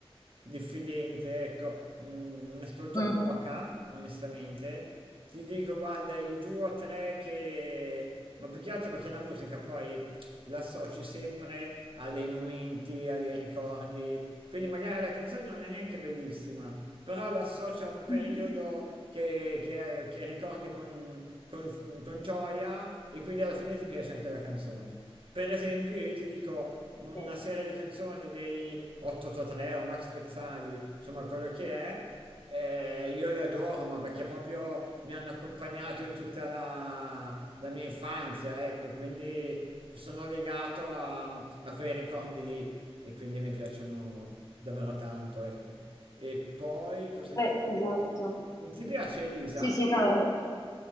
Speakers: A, on the right; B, on the left.
A: diffidente, ecco, mm, ne ascolto
B: Mm.
A: poca, onestamente. Ti dico, guarda, i due o tre che... Ma più che altro perché la musica poi l'associ sempre a dei momenti, a dei ricordi. Quindi magari la canzone non è neanche bellissima, però l'associo a un periodo
B: Mhm.
A: che, che- che ricordi con, con- con gioia e quindi alla fine ti piace anche la canzone. Per esempio, io ti dico una
B: sì,
A: serie di canzoni dei 883 o Max Pezzali, insomma quello che è, eh, io li adoro, ma perché proprio mi hanno accompagnato in tutta la, la mia infanzia, ecco, quindi sono legato a, a quei ricordi lì e quindi mi piacciono davvero tanto, ecco. E poi cosa ti
B: eh,
A: posso
B: esatto.
A: dire? Ti piace Elisa?
B: Sì, sì, no.